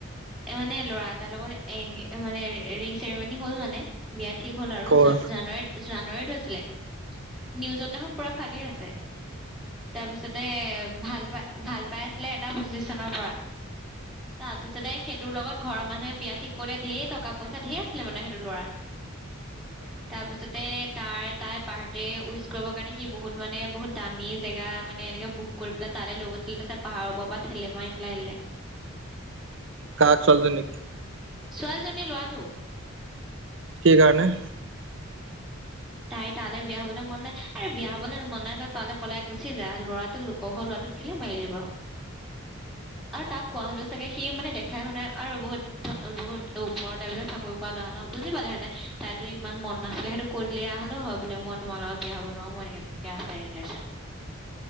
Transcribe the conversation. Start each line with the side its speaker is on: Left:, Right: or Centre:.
Centre: মানে ল'ৰা এটাৰ লগত এগ মানে ৰিং চেৰিমনী হ'ল মানে বিয়াত ঠিক হ'ল আৰু
Right: ক'ৰ?
Centre: জ জানুৱাৰীত জানুৱাৰীত হৈছিলে নিউজত দেখোন পুৰা ফালি আছে তাৰপিছতে ভাল পা ভাল পাই আছিলে এটা পজিশ চনৰ পৰা তাৰপিছতেেই ঘৰৰ মানুহে বিয়া ঠিক কৰিলে ঢেৰ টকা পইচা ে আছিলে মানে সেইটো ল'াৰ তাৰপিছতে তাৰ তাইৰ বাৰ্থডে উইচ কৰিবৰ কাৰণে সি বহুত মানে বহুত দামী জেগা মানে এনেকে বুক কৰি পেলাই তালৈ লগ আছিলে তাছ পাহাৰৰ পৰা ঠেলে পৰাাৰি পেলাই আহিলে
Right: কাক চলতে নেকি
Centre: ছোৱালীজনীয়ে লোৱাটো
Right: কি কাৰণে
Centre: তাই তালৈ বিয়া হবলৈ মন নাই আ বিয়া হবলৈ মন নাই ত তালৈ পলাই গুচি যা ল'ৰাটো লোকহ লৰা ে মাৰ দিবা আৰু তাক কোৱা হলেও চাগে সি মানে দে খাই শুনোই আৰু বহুত ধ বহুত ওপৰলেবিলাক চাকৰি কৰা লৰা ন বুজি পালেহেঁতে তাই ইমান মন নাছিলে সেইটো কৰি লিয়া হলেও হয় বোলে মই তোমাৰ লগত বিয়া হ'ব নোৱাৰো মোৰ এনেক তেনেকে আছে লেচন